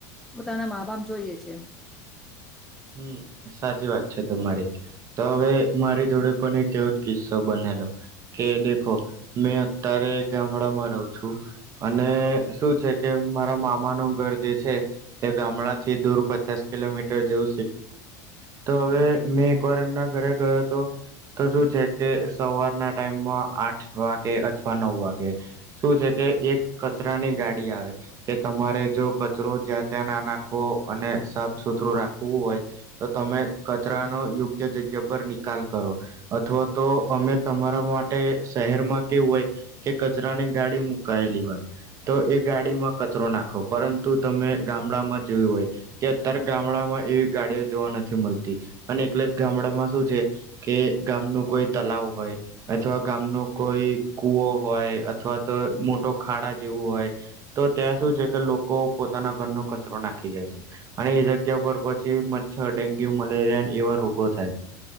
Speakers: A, in the centre; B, on the right.
A: પોતાના મા બાપ જોઈએ છે.
B: હમ સાચી વાત છે, તમારી તો હવે મારી જોડે પણ એક એવો જ કિસ્સો બનેલો કે દેખો મેં અત્યારે ગામડામાં રહું છું, અને શું છે કે મારા મામાનું ઘર જે છે, તે ગામડા થી દૂર પચાસ કિલોમીટર જેવું તો હવે મેં એકવાર એમના ઘરે ગયો હતો તો શું છે, કે સવારના ટાઈમમાં આઠ વાગે અથવા નવ વાગે શું છે, કે એક કચરાની ગાડી આવે કે તમારે જો કચરો જ્યાં ત્યાં ના નાખવો અને સાફ સુથરું રાખ વું હોય તો તમે કચરાનો યોગ્ય જગ્યા પર નિકાલ કરો, અથવા તો અમે તમારા માટે શહેરમાં કેવું હોય, કે કચરાની ગાડી મુકાયેલી હોય, તો એ ગાડીમાં કચરો નાખો પરંતુ તમે ગામડામાં જોવું હોય, કે અત્યારે ગામડામાં એવી ગાડીઓ જોવા નથી મળતી, અને એટલે જ ગામડામાં શું છે, કે ગામનું કોઈ તલાવ હોય અથવા ગામનું કોઈ કૂવો હોય અથવા તો મોટો ખાડા જેવું હોય, તો ત્યાં શું છે કે લોકો પોતાના ઘરનો કચરો નાખી જાય છે, અને એ જગ્યા પર મચ્છર ડેન્ગ્યુ મલેરિયા એવા રોગો થાય